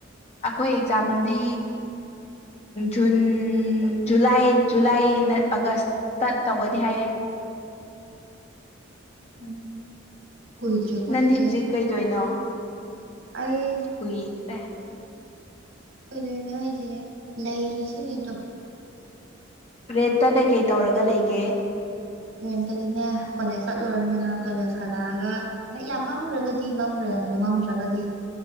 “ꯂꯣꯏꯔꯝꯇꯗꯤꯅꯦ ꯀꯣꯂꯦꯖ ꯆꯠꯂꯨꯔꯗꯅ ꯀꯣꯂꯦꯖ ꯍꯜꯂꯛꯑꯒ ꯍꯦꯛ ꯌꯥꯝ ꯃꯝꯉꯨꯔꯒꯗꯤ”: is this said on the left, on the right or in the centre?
Right